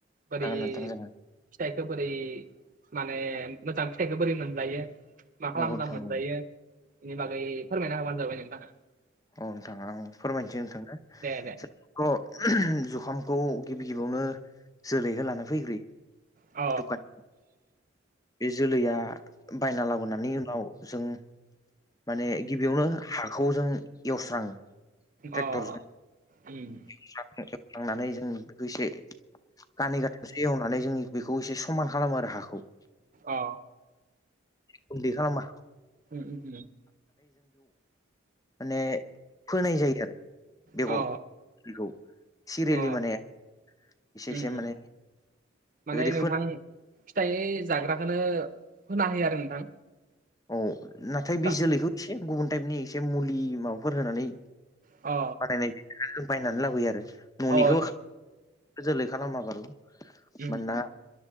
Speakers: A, on the right (about 40°); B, on the left (about 20°).
A: बारै
B: नोंथां अ जागोन नोंथां जागोन
A: फिथाइखौ बोरै माने मोजां फिथाइखौ बोरै मोनलायो मा खालामना
B: नंगौ नोंथां
A: मोनजायो
B: नंगौ
A: बेनि बागै फोरमायना होबानो जाबाय नोंथां
B: औ नोंथां आं फोरमायनोसै नोंथांनो
A: दे दे
B: <unintelligible> <unintelligible> जुखामखौ गिबि गिबियावनो जोलैखो लाना फैग्रोयो
A: अ
B: दुकान बे जोलैया बायना लाबोनायनि उनाव जों माने गिबियावनो हाखौ जों एवस्राङो ट्रेक्टरजों
A: अ ओम
B: <unintelligible> जों बेखौ एसे गानै गाथामसो एवनानै जों बेखौ एसे समान खालामो आरो हाखौ
A: अ
B: <unintelligible>
A: उम उम उम
B: माने फोनाय जायो आरो। बेगर
A: अ
B: <unintelligible> सिरियालि
A: अ
B: माने एसे
A: उम
B: एसे
A: उम
B: माने
A: माने
B: बेबायदि
A: नोंथां
B: फोना
A: फिथाइ जाग्राखौनो होना होयो आरो नोंथां
B: औ नाथाय
A: दा
B: बे जोलैखौ एसे गुबुन टाइपनि एसे मुलि माबाफोर होनानै
A: अ
B: माने बिखौ बायनानै लाबोयो आरो न'निखौ
A: अ
B: जोलै खालामा बारु
A: उम
B: मानोना
A: उम